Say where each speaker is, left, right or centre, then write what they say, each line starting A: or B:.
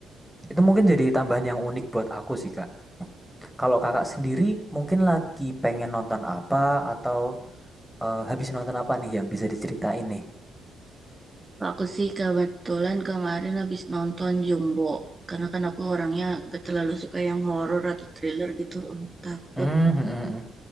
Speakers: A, in the centre; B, on the right.
A: Itu mungkin jadi tambahan yang unik buat aku sih, Kak. Kalau Kakak sendiri mungkin lagi pengen nonton apa atau, eee, habis nonton apa nih yang bisa diceritain nih?
B: Aku sih kebetulan kemarin habis nonton Jumbo. Karena kan aku orangnya gak terlalu suka yang horor atau thriller gitu. em, Takut.
A: Mmm, mhm mhm.